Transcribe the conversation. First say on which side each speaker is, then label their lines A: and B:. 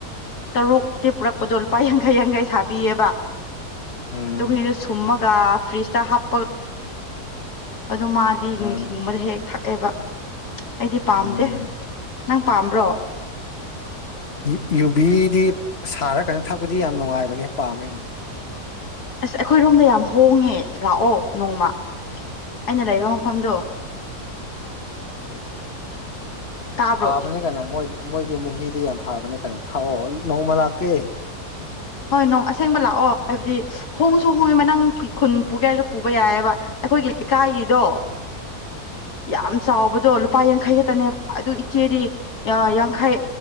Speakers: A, on the left; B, on the left.
A: ꯇꯔꯨꯇꯤ ꯄꯨꯔꯛꯄꯗꯣ ꯂꯨꯄꯥ ꯌꯥꯡꯈꯩ ꯌꯥꯡꯈꯩꯗꯤ ꯁꯥꯕꯤꯌꯦꯕ
B: ꯎꯝ
A: <unintelligible> ꯁꯨꯝꯃꯒ ꯐ꯭ꯔꯤꯖꯇ ꯍꯥꯞꯄ ꯑꯗ ꯃꯥꯗꯤ
B: ꯎꯝ
A: ꯅꯨꯡꯊꯤꯟꯒꯨꯝꯕꯗ ꯍꯦꯛ ꯍꯦꯛ ꯊꯛꯑꯦꯕ ꯑꯩꯗꯤ ꯄꯥꯝꯗꯦ
B: ꯎꯝ
A: ꯅꯪ ꯄꯥꯝꯕ꯭ꯔꯣ
B: ꯌꯨ ꯌꯨꯕꯤꯗꯤ ꯁꯥꯔꯀꯥꯟꯅ ꯊꯛꯄꯗꯤ ꯌꯥꯝ ꯅꯨꯡꯉꯥꯏꯕꯅꯦ ꯄꯥꯝꯃꯦ
A: ꯑꯁ ꯑꯩꯈꯣꯏꯔꯣꯝꯗ ꯌꯥꯝ ꯍꯣꯡꯉꯦ ꯂꯥꯛꯑꯣ ꯅꯣꯡꯃ ꯑꯩꯅ ꯂꯩꯕ ꯃꯐꯝꯗꯣ ꯇꯥꯕ꯭ꯔꯣ
B: ꯐꯥꯕꯅꯦ ꯀꯩꯅꯣ ꯃꯣꯏꯒꯤ ꯃꯣꯏꯒꯤ ꯃꯍꯤꯗꯤ ꯌꯥꯝ ꯐꯕꯅꯦ ꯀꯩꯅꯣ ꯊꯥꯛꯑꯣ ꯅꯣꯡꯃ ꯂꯥꯛꯀꯦ
A: ꯍꯣꯏ ꯅꯣꯡ ꯑꯁꯦꯡꯕ ꯂꯥꯛꯑꯣ ꯍꯥꯏꯕꯗꯤ ꯍꯣꯡꯁꯨ ꯍꯣꯡꯉꯦ ꯃ ꯅꯪ ꯈꯨꯟ ꯄꯨꯒꯦ ꯍꯥꯏꯔꯁꯨ ꯄꯨꯕ ꯌꯥꯏꯑꯕ ꯑꯩꯈꯣꯏꯒꯤ ꯂꯩꯀꯥꯏꯒꯤꯗꯣ
B: <inaudible>
A: ꯌꯥꯝꯁꯆꯥꯎꯕꯗꯣ ꯂꯨꯞ ꯂꯨꯄꯥ ꯌꯥꯡꯈꯩ ꯈꯛꯇꯅꯦꯕ ꯑꯗꯨ ꯏꯆꯦꯗꯤ ꯑꯥ ꯌꯥꯡꯈꯩ